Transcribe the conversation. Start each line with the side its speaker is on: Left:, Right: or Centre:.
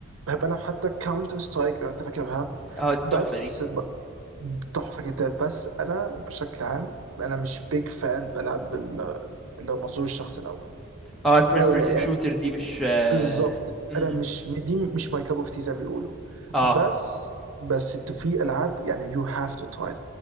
Right: بحب العب حتى كاونتر سترايك لو انت فاكرها
Centre: اه التحفة
Right: بس
Centre: دي
Right: ب- تحفه جدا بس انا بشكل عام انا مش بيج فان بلعب بال- اللي هو منظور الشخص الاول
Centre: اه الفيرست
Right: قوي
Centre: بيرسون
Right: يعني
Centre: شوتر دي مش آه
Right: بالظبط
Centre: امم
Right: انا مش دي مش ماي كاب اوف تي زي ما بيقولوا
Centre: اه
Right: بس بس انتوا في العاب يعني يو هاف تو تراي